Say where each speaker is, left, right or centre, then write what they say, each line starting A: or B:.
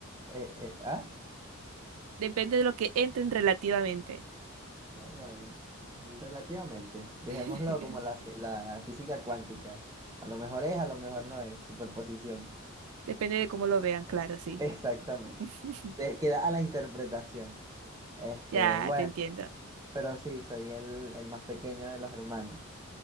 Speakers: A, on the right; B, on the right.
A: Eh, eh, ¿ah?
B: Depende de lo que entren relativamente.
A: Bueno, relativamente. Dejémoslo
B: <laughs>
A: como la, ci- la física cuántica. A lo mejor es, a lo mejor no es, superposición.
B: Depende de cómo lo vean, claro, sí.
A: Exactamente.
B: <laughs>
A: De- queda a la interpretación. Este,
B: Ya,
A: bueno,
B: te entiendo.
A: pero sí, soy el, el más pequeño de los hermanos.